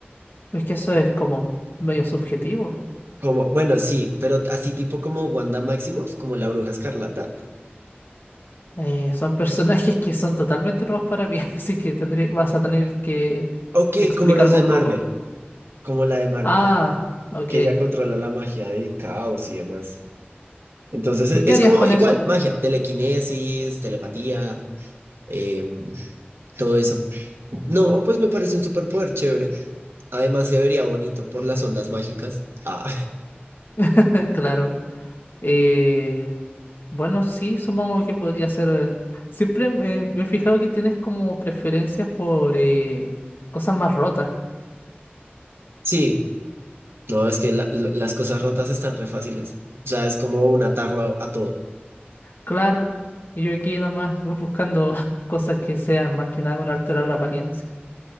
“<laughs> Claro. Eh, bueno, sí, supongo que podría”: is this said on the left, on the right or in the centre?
Left